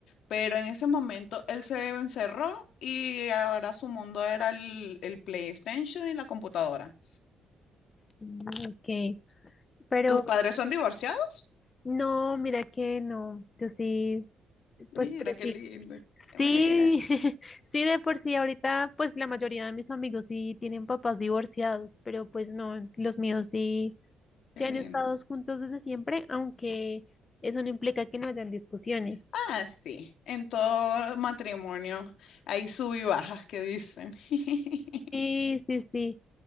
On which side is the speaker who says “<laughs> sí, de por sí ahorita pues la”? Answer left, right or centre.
Left